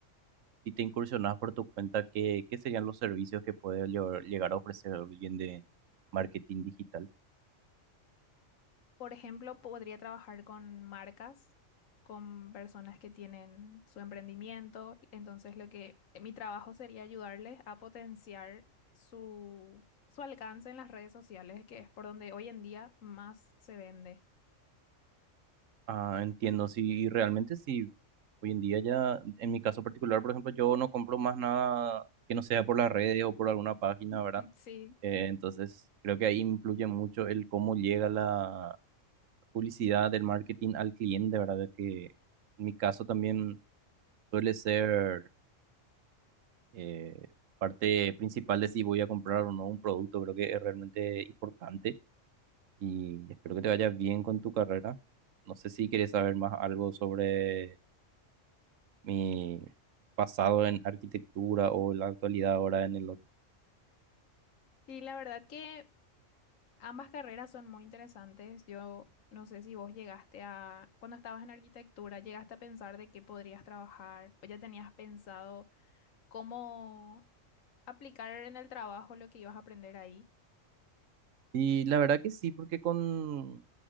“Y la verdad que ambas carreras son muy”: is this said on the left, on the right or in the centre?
Left